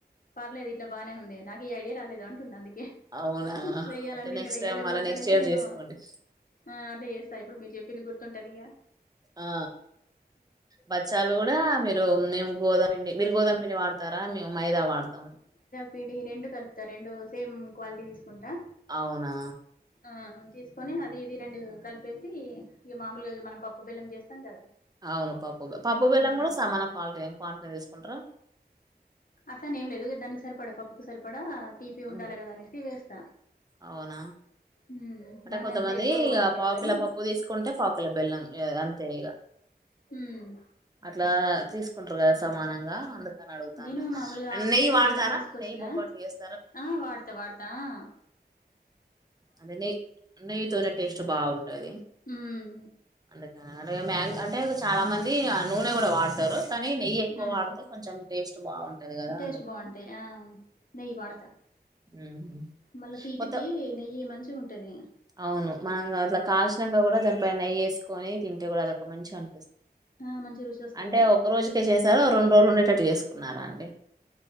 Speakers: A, on the left; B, on the right.
A: పర్లేదు ఇట్లా బానే ఉందే నాకు ఈ ఐడియా రాలేదు అంటున్నా అందుకే
B: అవునా
A: వెయ్యాలంటే
B: ఓకే
A: ఇంత
B: నెక్స్ట్
A: వెయ్యాలి
B: టైమ్ మళ్ళ
A: కావచ్చు
B: నెక్స్ట్
A: అనేసి
B: ఇయర్
A: నేను
B: చేసుకోండి
A: ఆ అట్ల చేస్తా ఇప్పుడు మీరు చెప్పింది గుర్తుంటదిగా
B: ఆ బచ్చాలు కూడా మీరు నేను గోదామ పిండి మీరు గోధామ పిండి వాడతారా మేము మైదా వాడతాము
A: వీడి రెండు కలుపుతా రెండు సేమ్ క్వాలిటీ తీసుకుంటా
B: అవునా
A: ఆ తీసుకొని అది ఇది రెండు కలిపేసి ఇగ మామూలుగా మనం పప్పు బెల్లం చేస్తాం కదా
B: అవును పప్పు బ పప్పు బెల్లం
A: హ్మ్
B: కూడా సమాన క్వాలిటీ ఏం క్వాంటిటీ తీసుకుంటార
A: అట్లని ఏం లేదు దానికి సరిపడా పప్పుకు సరిపడ తీపి ఉండాలి
B: ఉమ్,
A: కదా అనేసి వేస్తా
B: అవునా
A: మ్మ్
B: అంటే
A: దాన్ని
B: కొంతమంది
A: అంతా ఎప్పుడు
B: ఇగ
A: అట్లా చేయలేగాని
B: పావుకిల పప్పు తీసుకుంటే పావుకిల బెల్లం అంతే ఇగ
A: ఊ మ్
B: అట్లా తీసుకుంటారు కదా సమానంగా అందుకని అడుగుతాను
A: నేను మామూలుగా
B: అండ్
A: హాఫ్
B: నెయ్యి
A: కేజీ
B: వాడతారా
A: బెల్లం తీసుకొచ్చిన
B: నెయ్యి బొబ్బట్లు చేస్
A: ఆ వాడ్త వాడ్తా ఆ
B: అదే నెయ్యి నెయ్యితోనే టేస్ట్ బాగుంటది
A: మ్మ్
B: అందు అ మ్యాగ్ అంటే చాలా మంది నూనె కూడా వాడతారు కానీ నెయ్యి ఎక్కువ
A: మ్మ్
B: వాడితే కొంచెం టేస్ట్ బాగుంటది కదా
A: టేస్ట్
B: అందుకని
A: బాగుంటాయి ఆ నెయ్యి వాడతా
B: ఉమ్
A: మళ్ళా తీపికి
B: కొత్త
A: నెయ్యి మంచిగా ఉంటది
B: అవును మనం అట్లా కాల్సినంక కూడా దానిపైన నెయి వేసుకొని తింటే కూడా అదొక మంచిగా అన్
A: ఆ మంచి రుచి వస్తది
B: అంటే ఒక రోజుకే చేశారా రెండు రోజులు ఉండేటట్టు చేసుకున్నారా అండి